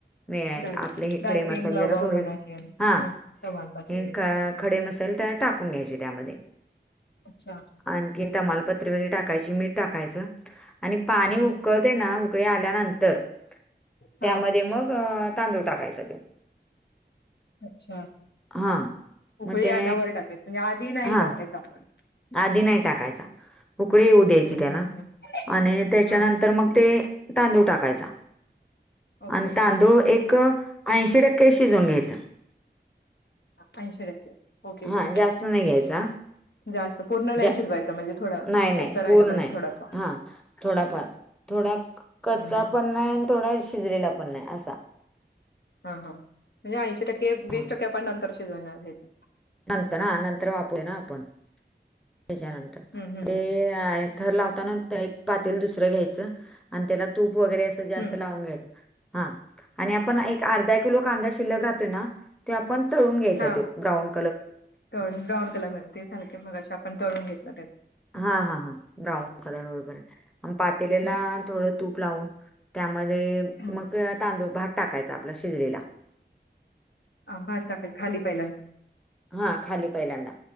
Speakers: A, in the centre; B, on the left.
A: म
B: दाल
A: आपले हे
B: दालचीन
A: खडे मसाले
B: लवंग
A: जरा थोडे
B: म्हणा किंवा
A: हा
B: हं. तमालपत्र
A: हे
B: वगैरे.
A: ख खडे मसाल तर टाकून घ्यायचे त्यामध्ये
B: अच्छा
A: आणखीन तमालपत्र वगैरे टाकायची मीठ टाकायचं आणि पाणी
B: हा
A: उकळते ना ऊकळी आल्यानंतर
B: हा
A: त्यामध्ये मग तांदूळ टाकायचा
B: अच्छा
A: हा
B: उकळी
A: मग ते
B: आल्याधावर टाकाय म्हणजे आधी नाही
A: हा
B: टाकायच आपण
A: आधी नाही टाकायचा उकळी येऊ द्यायची
B: हम्म
A: त्याला
B: हम्म हम्म
A: आणि त्याच्यानंतर
B: हा
A: मग ते तांदूळ टाकायचा
B: ओके
A: आणि तांदूळ एक ऐंशी टक्के शिजवून घ्यायचा
B: ऐंशी टक्के ओके
A: हा
B: ओके
A: जास्त नाही घ्यायचा
B: जास्त पूर्ण नाही
A: झा
B: शिजवायचा म्हणजे थोडा
A: नाही नाही
B: कच्चा राहिला
A: पूर्ण
B: पाहिजे
A: नाही
B: थोडासा
A: हा थोडाफार थोडा कचा
B: हं हं
A: पण नाही आणि थोडा शिजलेला पण नाही असा
B: हा हा म्हणजे ऐंशी टक्के
A: हां,
B: वीस टक्के पण नंतर शिजवणार ह्याच
A: नंतर ह नंतर वापूया ना आपण त्याच्यानंतर
B: हं हं
A: ते
B: हं
A: हा थर लावताना एक पात दुसरं घ्यायचं आणि त्याला तूप वगैरे अस जास्त
B: हं
A: घ्यायच हा आणि आपन एक अर्धा कीलो कांदा शिल्लकराहतोय ना आपण तळुन घ्यायचा
B: हा
A: ब्राउन
B: तळून ब्राऊन कलर म ते झालं मगा आपण तळून घेतलं त्यात
A: हा हा हा ब्राऊन कलर बरोबर आहे पातेलेला
B: हं
A: थोडं तूप लावून त्यामध्ये
B: हं
A: मग तांदूळ भात टाकायचा आपला शिजलेला
B: भात टाकायचा खाली पहिला
A: हा खाली पहिल्यांदा